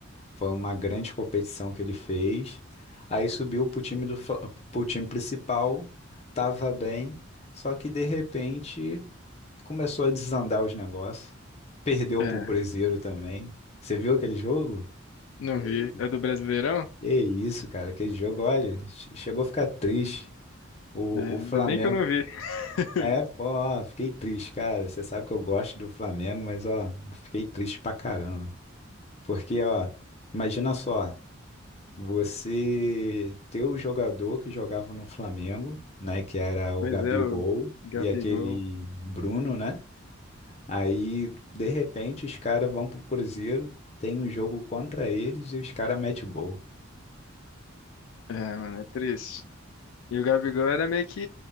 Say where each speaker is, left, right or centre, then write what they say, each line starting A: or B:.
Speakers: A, on the left (about 30°); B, on the left (about 75°).
A: Foi uma grande competição que ele fez. Aí subiu pro time do, Fla- pro time principal, tava bem, só que de repente começou a desandar os negócios. Perdeu
B: É,
A: pro Cruzeiro também. Você viu aquele jogo?
B: não
A: Que,
B: vi. É do Brasileirão?
A: que isso, cara, aquele jogo, olha, che- chegou a ficar triste. O,
B: É,
A: o Flamengo.
B: ainda bem que eu não vi. <laughs>
A: É, pô, ó, fiquei triste, cara. Você sabe que eu gosto do Flamengo, mas ó, fiquei triste pra caramba. Porque, ó, imagina só. Você ter o jogador que jogava no Flamengo, né, que era o
B: Pois
A: Gabigol
B: é, o Gabigol.
A: e aquele Bruno, né? Aí, de repente, os caras vão pro Cruzeiro, tem um jogo contra eles e os caras metem gol.
B: É, mano, é triste. E o Gabigol era meio que.